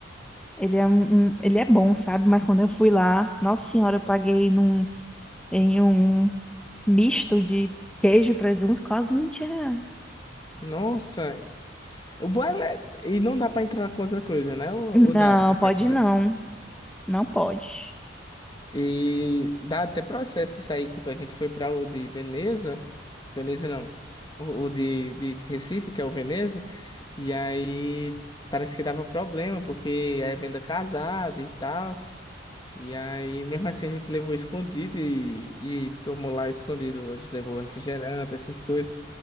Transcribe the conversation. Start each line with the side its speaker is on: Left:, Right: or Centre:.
Centre: ele é um, um- ele é bom, sabe? Mas quando eu fui lá, nossa senhora, eu paguei num, em um misto de queijo e presunto quase 20 reais.
Left: Nossa, o bom é... E não dá pra entrar com outra coisa, né? Ou, ou
Centre: Não,
Left: dá pra entrar
Centre: pode
Left: com
Centre: não.
Left: ela?
Centre: Não pode.
Left: E dá até processo isso aí. Tipo, a gente foi pra o de Veneza. Veneza não. O, o de, de Recife, que é o Veneza. E aí parece que dava problema, porque é venda casada e tal. E aí, mesmo assim, a gente levou escondido e, e tomou lá escondido. A gente levou refrigerante, essas coisas.